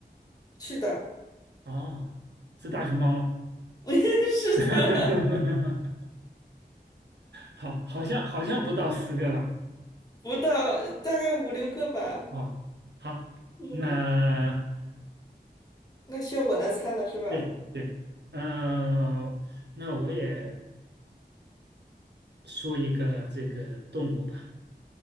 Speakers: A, on the left (about 20°); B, on the right (about 80°).
A: 是的，
B: 哦，是大熊猫吗？
A: <laughs> 是的，
B: <laughs> 好，好像好像不到十个吧？
A: 不到大概五六个吧。
B: 哦，好，
A: 嗯，
B: 那
A: 那需要我来猜了是吧？
B: 对对，呃，那我也。说一个这个动物吧，